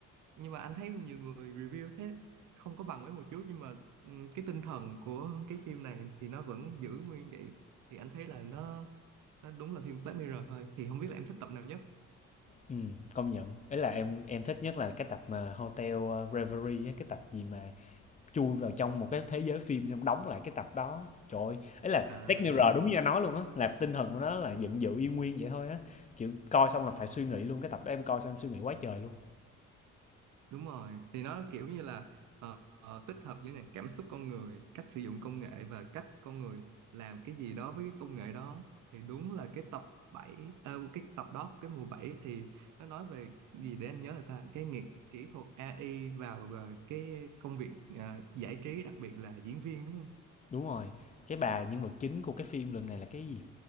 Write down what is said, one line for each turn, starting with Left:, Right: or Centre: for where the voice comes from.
Right: nhưng mà anh thấy nhiều người review thế không có bằng mấy mùa trước nhưng mà ừm, cái tinh thần của cái phim này thì nó vẫn giữ nguyên vậy thì anh thấy là nó nó đúng là phim Black Mirror thôi thì không biết là em thích tập nào nhất
Left: Ừ, công nhận. Ấy là em em thích nhất là cái tập mà Hotel ờ, Reverie á, cái tập gì mà chui vào trong một cái thế giới phim xong đóng lại cái tập đó trời ơi ấy là
Right: à
Left: Black Mirror đúng như anh nói luôn á là tinh thần của nó là giận dữ y nguyên vậy thôi á kiểu coi xong là phải suy nghĩ luôn cái tập đó em coi xong em suy nghĩ quá trời luôn
Right: đúng rồi thì nó kiểu như là ờ, ờ, tích hợp giữa này cảm xúc con người cách sử dụng công nghệ và cách con người làm cái gì đó với cái công nghệ đó thì đúng là cái tập bảy ờ, cái tập đó của cái mùa 7 thì nó nói về gì để anh nhớ là ta cái nghiệp kỹ thuật AI vào ờ, cái công việc ờ, giải trí đặc biệt là diễn viên đúng không?
Left: đúng rồi cái bà nhân vật chính của cái phim lần này là cái gì